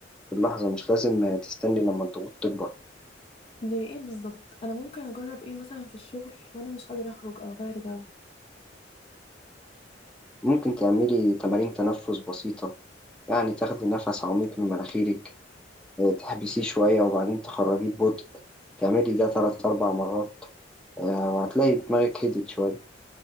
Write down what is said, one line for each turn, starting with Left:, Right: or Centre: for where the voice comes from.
Centre: في اللحظة مش لازم آه، تستني لما الضغوط تكبر
Left: زي ايه بالظبط انا ممكن اجرب ايه مثلا في الشغل وانا مش قادره اخرج او اغير جو
Centre: ممكن تعملي تمارين تنفس بسيطة يعني تاخدي نفس عميق من مناخيرك آه، تحبسيه شوية وبعدين تخرجيه ببطء تعملي ده تلات أربع مرات آه، وهتلاقي دماغك هدت شوية